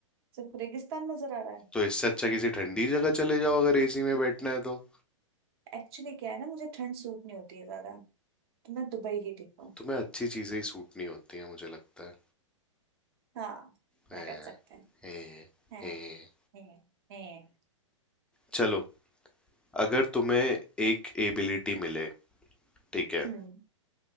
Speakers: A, on the right; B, in the centre.
A: सिर्फ रेगिस्तान नजर आ रहा है
B: तो इससे अच्छा किसी ठंडी जगह चले जाओ अगर एसी में बैठना है तो
A: एक्चुअली क्या है ना मुझे ठंड सूट नहीं होती है ज्यादा तो मैं दुबई ही ठीक हूँ
B: तुम्हें अच्छी चीजें ही सूट नहीं होती है मुझे लगता है
A: हाँ क्या
B: हैं,
A: कर सकते हैं
B: हैं,
A: हैं
B: हैं।
A: हैं हैं
B: चलो अगर तुम्हें एक एबिलिटी मिले ठीक है
A: हम्म